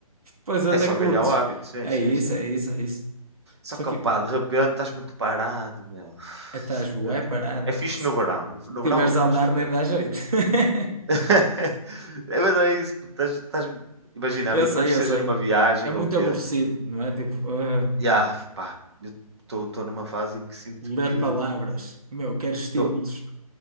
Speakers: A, on the right (about 75°); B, on the right (about 45°).
A: pois até
B: É só
A: curtes.
B: ganhar o hábito, sim,
A: É
B: sim,
A: isso,
B: sim.
A: é isso, é isso.
B: Só
A: Só
B: que,
A: que
B: opá, de repente estás muito parado, meu.
A: estás
B: De repente.
A: bué parado.
B: É fixe
A: Se
B: no verão. No, no
A: tiveres
B: verão eu
A: a
B: gosto
A: andar
B: de
A: nem
B: ler.
A: dá jeito. <laughs>
B: <laughs> É, mas é isso. pô, Estás, estás- imagina,
A: Eu
B: menos
A: sei,
B: que
A: eu
B: seja
A: sei.
B: numa viagem
A: É muito
B: ou o quê.
A: aborrecido, não é? Tipo, ah,
B: E ah, pá, eu estou numa fase em que sinto
A: ler
B: que.
A: palavras. Meu, quero estímulos.
B: Tô,